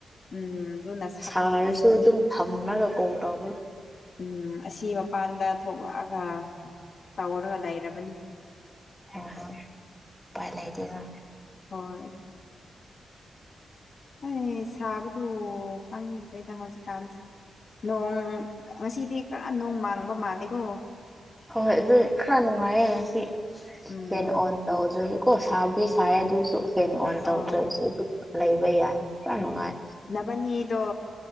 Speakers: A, on the left (about 55°); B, in the centre.
A: ꯎꯝ ꯑꯗꯨꯅ
B: ꯁꯥꯔꯁꯨ ꯑꯗꯨꯝ ꯐꯝꯃꯒ ꯀꯣꯜ ꯇꯧꯕ
A: ꯎꯝ ꯑꯁꯤ ꯃꯄꯥꯟꯗ ꯊꯣꯛꯂꯛꯑꯒ ꯇꯧꯔꯒ ꯂꯩꯔꯕꯅꯤ
B: ꯍ ꯄꯥꯏꯂꯩꯇꯦꯗ
A: ꯍꯣꯏ ꯑꯩ ꯁꯥꯕꯗꯨ ꯈꯪꯗ꯭ꯔꯦꯗ ꯍꯧꯖꯤꯛꯀꯥꯟꯁꯦ ꯅꯣꯡ ꯉꯁꯤꯗꯤ ꯀꯔ ꯅꯣꯡ ꯃꯥꯡꯕ ꯃꯥꯂꯦꯀꯣ
B: ꯍꯣꯏ ꯍꯣꯏ ꯑꯗꯨ ꯈꯔ ꯅꯨꯡꯉꯥꯏꯔꯦ ꯉꯁꯤ
A: ꯎꯝ
B: ꯍꯦꯟꯅ ꯑꯣꯟ ꯇꯧ ꯑꯗꯨꯗꯒꯤ ꯀꯣ ꯁꯥꯕꯒꯤ ꯁꯥꯏ ꯑꯗꯨꯁꯨ ꯐꯦꯟ ꯑꯣꯟ ꯇꯧꯗ꯭ꯔꯁꯨ
A: ꯑꯣ
B: ꯑꯗꯨꯝ ꯂꯩꯕ ꯌꯥꯏ ꯄꯨꯔ ꯅꯨꯡꯉꯥꯏ
A: ꯅꯚꯅꯤꯗꯣ